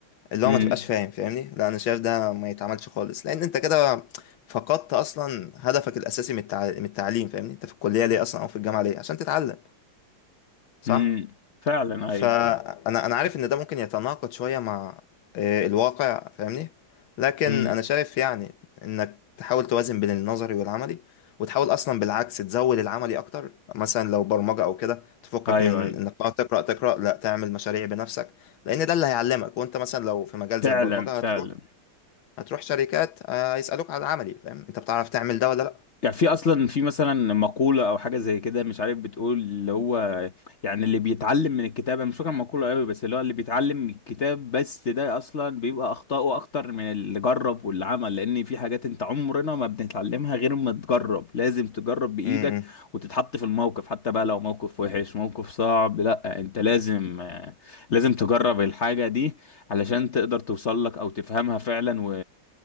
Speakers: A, on the left; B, on the left.
A: اللي
B: امم
A: هو ما تبقاش فاهم فاهمني لا انا شايف ده ما يتعملش خالص لان انت كده فقدت اصلا هدفك الاساسي من التع- من التعليم فاهمني انت في الكليه ليه اصلا او في الجامعه ليه عشان تتعلم صح
B: امم فعلا
A: فانا
B: اي
A: انا عارف ان ده ممكن يتناقض شويه مع آه، الواقع فاهمني لكن
B: امم
A: انا شايف يعني انك تحاول توازن بين النظري والعملي وتحاول اصلا بالعكس تزود العملي اكتر مثلا لو برمجه او كده تفكك
B: ايوه
A: من
B: ايوه
A: انك تقعد تقرا تقرا لا تعمل مشاريع بنفسك لان ده اللي هيعلمك وانت مثلا لو في مجال
B: فعلا
A: زي البرمجه
B: فعلا
A: هتروح هتروح شركات آه، هيسالوك على العملي فاهم انت بتعرف تعمل ده ولا لا
B: يعني في اصلا في مثلا مقولة او حاجة زي كده مش عارف بتقول اللي هو يعني اللي بيتعلم من الكتاب انا مش فاكر المقولة قوي بس اللي هو اللي بيتعلم من الكتاب بس ده اصلا بيبقى اخطائه اكتر من اللي جرب واللي عمل لان في حاجات انت عمرنا ما بنتعلمها غير ما تجرب لازم تجرب بايدك
A: م- م.
B: وتتحط في الموقف حتى بقى لو موقف وحش موقف صعب لا انت لازم آه، لازم تجرب الحاجة دي علشان تقدر توصل لك او تفهمها فعلا و...